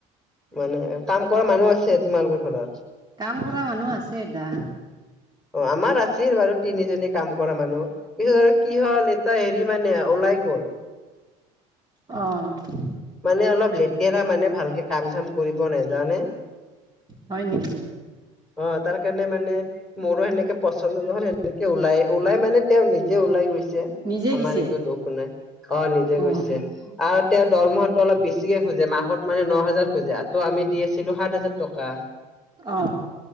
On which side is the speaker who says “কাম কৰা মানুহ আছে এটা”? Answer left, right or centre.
Right